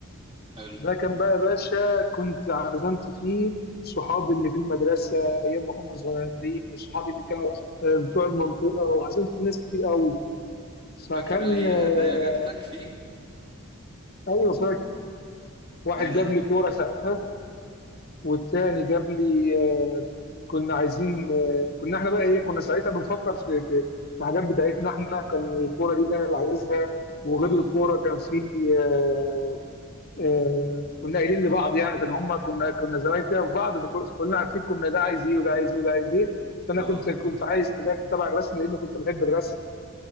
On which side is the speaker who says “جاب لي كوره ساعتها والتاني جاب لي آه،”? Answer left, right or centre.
Left